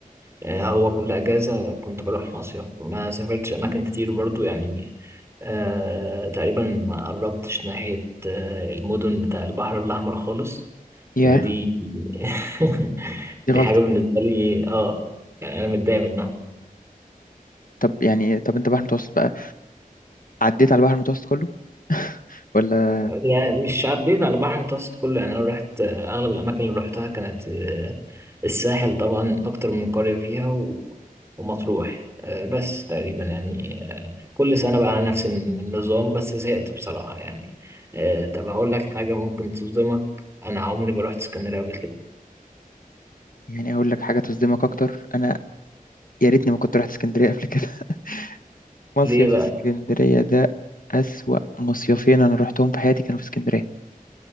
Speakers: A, on the right; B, on the left.
A: آه، هو كل اجازه كنت بروح مصيف ما سافرتش اماكن كتير برضو يعني آه تقريبا ما قربتش ناحية آه المدن بتاع البحر الأحمر خالص
B: ياه
A: ودي <laughs> دي
B: دي غلطة
A: حاجة بالنسبة لي اه يعني أنا متضايق منها
B: طب يعني إيه؟ طب انت بحر المتوسط بقى عديت على البحر المتوسط كله <laughs> ولا
A: يعني مش عديت على البحر المتوسط كله يعني أنا رحت آه، أغلب الأماكن اللي رحتها كانت آه الساحل طبعا أكتر من قرية فيها و... ومطروح آه بس تقريبا يعني آه كل سنة بقى على نفس النظام بس زهقت بصراحة يعني آه طب هقول لك حاجة ممكن تصدمك أنا عمري ما رحت اسكندرية قبل كده
B: يعني اقول لك حاجة تصدمك اكتر انا يا ريتني ما كنت رحت اسكندرية قبل كده <laughs> مصيف
A: ليه بقى؟
B: اسكندرية ده اسوأ مصيفين انا رحتهم في حياتي كانوا في اسكندرية